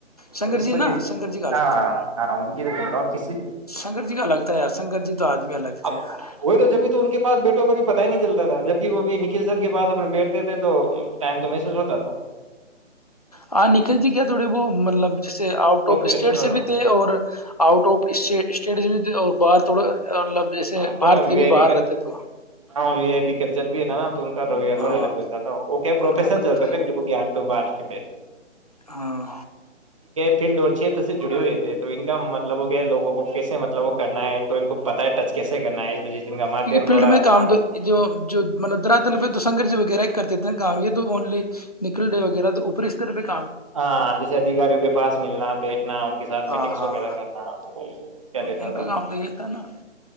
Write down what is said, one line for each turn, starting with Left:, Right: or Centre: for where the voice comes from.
Left: شنکر
Right: تو اس
Left: جی
Right: وجہ
Left: نا
Right: سے
Left: شنکر جی کا الگ
Right: ہاں
Left: تھا
Right: ہاں ان کی تو بول رہا ہوں کسی
Left: شنکر جی کا الگ تھا یار شنکر جی تو آدمی الگ تھے
Right: اب
Left: یار
Right: وہ تو جبھی تو ان کے پاس بیٹوں کبھی پتا ہی نہیں چلتا تھا جبک وہ بھی نکھل سر کے پاس اپنے بیٹھتے تھے تو ٹائم تو محسوس ہوتا تھا
Left: ہاں نکھن جی کیا تھوڑے وہ مطلب جیس آؤٹ
Right: پروفیشنل
Left: آف اسٹیٹ سے بھی تھے اور آؤٹ آف اس اسٹیٹ سے بھی تھے اور باہر تھوڑا مطلب جیسے
Right: ہاں تھوڑا
Left: بھارت
Right: وی
Left: کے بھی
Right: آئی
Left: باہر
Right: پی کل
Left: رہتے تھے
Right: ہاں وی آئی پ کلچر بھی ہے نا رویا
Left: ہاں
Right: تھڑای الگ رہتا تھا کیا
Left: ان
Right: پروفشنل
Left: کا لگتا
Right: چلتے تھے بالکل گیانٹو بات اسٹ پ <unintelligible> <unintelligible>
Left: ہاں
Right: ف چھیتر سے جڑے ہوئے تھے تو ان کا مطلب وہ گیا لووں کو کیسے مطلب وہ کرنا ہے تو ان کو پتا ٹچ کیسے کرنا ہے اس بج سے ان کا مادھیم
Left: کیونکہ فیلڈ
Right: تھوڑا
Left: میں کام
Right: تھا
Left: جو جو مطب دراتل پہ تو سنگگرج وغیرہ کرتے تھے کام یہ تو اونلی نکل ڈے وغیرہ تو اوپر اس طرحہ
Right: ہاں جیسے ادھیکاریوں کے پاس ملنا بیٹھنا ان کے ساتھ
Left: ہاں
Right: میٹنگس
Left: ہاں
Right: وغیرہ کرنا کیا
Left: تو
Right: دیتا
Left: ان کا
Right: تھا
Left: کام تو یہی تھا نا